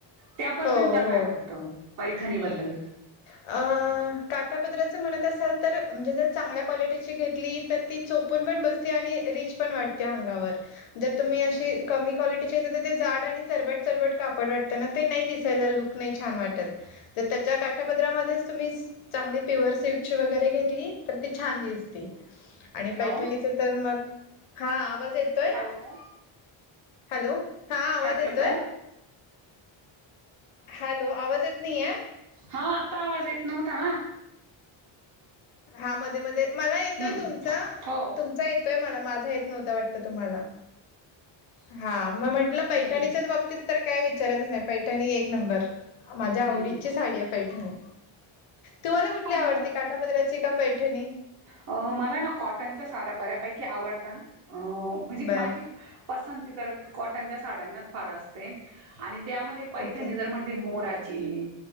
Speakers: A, on the right; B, on the left.
A: त्याबद्दल
B: हो
A: तुला काय
B: हो
A: वाटतं? पैठनीबद्दलं
B: अ... काठापदराचं म्हणत असाल तर म्हणजे जर चांगल्या क्वालिटीची घेतली तर ती चोपून पण बसते आणि रिच पण वाटते अंगावर, जर तुम्ही अशी कमी क्वालिटीची येत तर ते जाड आणि चरबट-चरबट कापड वाटतं ना ते नाही दिसायला लुक नाही छान वाटतं. तर त्याच्या का काठापदरामध्येच तुम्ही चांगली प्युअर सिल्क ची वगैरे घेतली तर ती छान दिसते. आणि
A: हॅलो
B: पैठणीच तर मग हा आवाज येतोय.
A: हॅलो
B: हाॅलो हा आवाज
A: हॅलो
B: येतोय्. हॅलो आवाज येत नाही हाॅलो,
A: हा आत्ता आवाज येत नव्हता ना,
B: हा मध्ये-मध्ये मला येतोय
A: हम्म
B: तुमचा
A: हो
B: तुमचा येतोय मला माझा येत नव्हता वाटतं तुम्हाला, हा मग म्हंटलं पैठणीच्याच
A: हम्म हम्म
B: बाबतीत तर काय विचारायच नाही पैठणी एक नंबर माझ्या आवडीची
A: हम्म हम्म
B: साडी आहे पैठणी, तुम्हाला कुठली
A: पण
B: आवडती, काठापदराची का पैठणी
A: अ... मला ना कॉटनच्या साड्या बऱ्यापैकी आवडता अ... म्हणजे
B: बर
A: माझी पसंती तर कॉटनच्या साड्यांनाच फार असते आणि त्यामध्ये पैठणी
B: ओके
A: जर म्हण ती मोराची